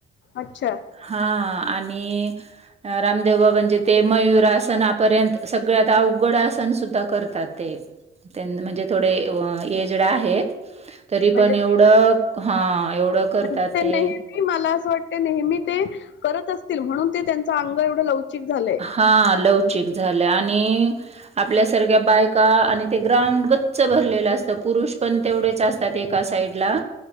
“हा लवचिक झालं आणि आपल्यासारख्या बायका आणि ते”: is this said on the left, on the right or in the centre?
Right